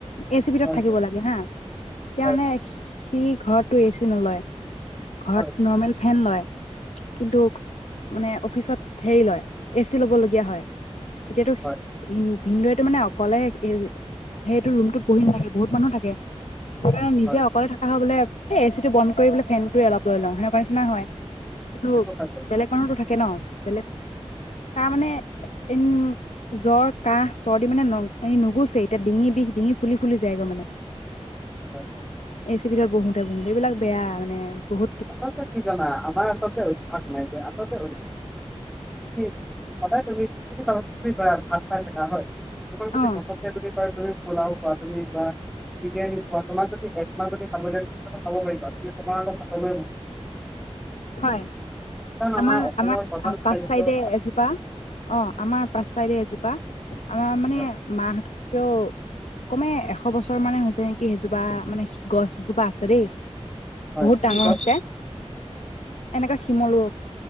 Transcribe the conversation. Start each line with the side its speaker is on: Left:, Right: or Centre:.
Left: এ চি ভিতৰত
Centre: হয়
Left: থাকিব
Centre: হয়
Left: লাগে হা তানে
Centre: হয়
Left: সি ঘৰতটো এ চি নলয় ঘৰত
Centre: হয়
Left: নৰ্মেল ফেন লয়। কিন্তু মানে অফিচত হেৰি লয় এ চি ল'বলগীয়া হয়। <unintelligible>
Centre: হয়
Left: <unintelligible> ভিনদৰেতটো মানে অকলে সেইটো ৰুমটোত বহি নাথাকে বহুত মানুহ থাকে। সেইকাৰণে নিজে
Centre: হয়
Left: অকলে থকা হ বলে এ চিো বন্ধ কৰিলে ফেনটোয়ে অলপৈ লওঁ সেনে কাৰণে নিচি হয় কিন্তু
Centre: সেইটো হয় বাৰু
Left: বেলেগ
Centre: হয়
Left: মানুহতো থাকে ন বেলেগ মানুহে তাৰ মানে এন জ্বৰ, কাহ, চৰ্দি মানে নুগুছে এতিয়া ডিঙি বিষ ডিঙি ফুলি ফুলি যায়গৈ মানে হয়।
Centre: হয়।
Left: এ চি ভিতৰত বহোতে বহোতে এইবিলাক বেয়া মানে ব।
Centre: আপতে কিকা আমাৰ আচলতে উভাস নাই যে আচলতে <unintelligible> সদায়ুমিম ভাত হয়। তোমাক যদি
Left: অ
Centre: ঘমককে যদি কয় তুমি পোলাও কোৱা তুমি বা কোৱা তোমাক যদি তাব পাৰিবা তুমি তোমাৰ
Left: হয়।
Centre: কাৰণ
Left: আমাৰ
Centre: অসমৰ
Left: আমাৰ
Centre: প্ৰধান খাদ্য
Left: পাচ চাইডে
Centre: ভাত
Left: এজোপা অ'আমাৰ পাঁচ চাইডে এজোপা আম মানে
Centre: হয়।
Left: ম কও। কমে এশ বছৰ মানে হৈছে নেকি সেইজোপা মানে গছ এজোপা আছে দেই
Centre: হয়
Left: বহুত ডাঙৰ
Centre: কি গছ
Left: হৈছে। এনেকুৱা শিমল